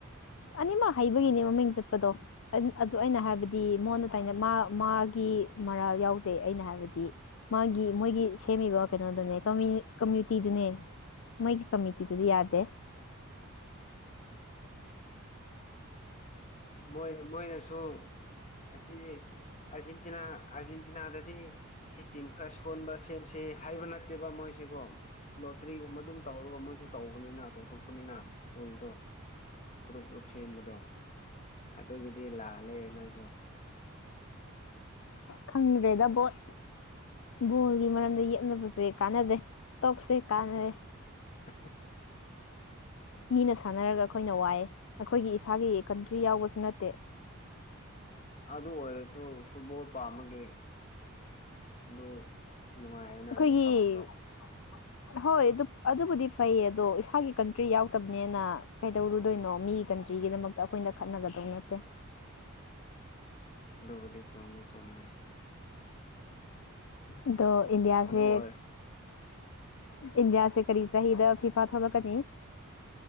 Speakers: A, on the left; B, on the left.
A: ꯑꯅꯤꯃꯛ ꯍꯩꯕꯒꯤꯅꯦ ꯃꯃꯤꯡ ꯆꯠꯄꯗꯣ ꯑꯗꯨ ꯑꯩꯅ ꯍꯥꯏꯕꯗꯤ ꯃꯉꯣꯟꯗ ꯇꯥꯏꯅ ꯃꯥ ꯃꯥꯒꯤ ꯃꯔꯥꯜ ꯌꯥꯎꯗꯦ ꯑꯩꯅ ꯍꯥꯏꯕꯗꯤ ꯃꯥꯒꯤ ꯃꯣꯏꯒꯤ ꯁꯦꯝꯃꯤꯕ ꯀꯩꯅꯣꯗꯨꯅꯦꯃ ꯀꯃꯤꯅꯤꯇꯤꯗꯨꯅꯦ ꯃꯣꯏꯒꯤ ꯀꯃꯤꯇꯤꯗꯨꯗꯤ ꯌꯥꯗꯦ
B: ꯃꯣꯏ ꯃꯣꯏꯅꯁꯨ ꯑꯁꯤ ꯑꯥꯔꯖꯦꯟꯇꯤꯅꯥ ꯑꯥꯔꯖꯦꯟꯇꯤꯅꯥꯗ ꯁꯤ ꯇꯤꯝ ꯈꯔ ꯁꯣꯟꯕ ꯁꯦꯝꯁꯦ ꯍꯥꯏꯕ ꯅꯠꯇꯦꯕ ꯃꯣꯏꯁꯦꯀꯣ ꯂꯣꯇ꯭ꯔꯤꯒꯨꯝꯕ ꯑꯗꯨꯝ ꯇꯧꯔꯒ ꯃꯣꯏꯁꯨ ꯇꯧꯕꯅꯤꯅ ꯇꯧꯊꯣꯛꯄꯅꯤꯅ ꯄꯨꯜꯗꯣ ꯒ꯭ꯔꯨꯞ ꯒ꯭ꯔꯨꯞ ꯁꯦꯝꯕꯗꯣ ꯑꯗꯨꯒꯤꯗꯤ ꯂꯥꯜꯂꯦ ꯅꯣꯏꯁꯨ
A: ꯈꯪꯗ꯭ꯔꯦꯗ ꯕꫭꯠ ꯕꯣꯜꯒꯤ ꯃꯔꯝꯗ ꯌꯦꯛꯅꯕꯁꯦ ꯀꯥꯟꯅꯗꯦ ꯇꯣꯞꯁꯦ ꯀꯥꯟꯅꯗꯦ
B: <unintelligible>
A: ꯃꯤꯅ ꯁꯥꯟꯅꯔꯒ ꯑꯩꯈꯣꯏꯅ ꯋꯥꯏꯑꯦ ꯑꯩꯈꯣꯏꯒꯤ ꯏꯁꯥꯒꯤ ꯀꯟꯇ꯭ꯔꯤ ꯌꯥꯎꯕꯁꯨ ꯅꯠꯇꯦ
B: ꯑꯗꯨ ꯑꯣꯏꯔꯁꯨ ꯐꯨꯠꯕꯣꯜ ꯄꯥꯝꯕꯒꯤ ꯑꯗꯨ ꯅꯨꯡꯉꯥꯏꯌꯦꯅ
A: ꯑꯩꯈꯣꯏꯒꯤ
B: ꯑꯗꯨꯝ ꯇꯧꯕꯗꯣ
A: ꯍꯣꯏ ꯑꯗꯨ ꯑꯗꯨꯕꯨꯗꯤ ꯐꯩꯌꯦ ꯑꯗꯣ ꯏꯁꯥꯒꯤ ꯀꯟꯇ꯭ꯔꯤ ꯌꯥꯎꯗꯕꯅꯦꯅ ꯀꯩꯗꯧꯔꯨꯗꯣꯏꯅꯣ
B: ꯎꯝ
A: ꯃꯤ ꯀꯟꯇ꯭ꯔꯤꯒꯤꯗꯃꯛꯇ ꯑꯩꯈꯣꯏꯅ ꯈꯠꯅꯒꯗꯧꯕ ꯅꯠꯇꯦ
B: ꯑꯗꯨꯕꯨꯗꯤ ꯆꯨꯝꯃꯃꯤ ꯆꯨꯝꯃꯤ
A: ꯑꯗꯣ ꯏꯟꯗꯤꯌꯥꯁꯦ
B: ꯑꯗꯨ ꯑꯣꯏꯔ
A: ꯏꯟꯗꯤꯌꯥꯁꯦ ꯀꯔꯤ ꯆꯍꯤꯗ ꯐꯤꯐꯥ ꯊꯣꯛꯂꯛꯀꯅꯤ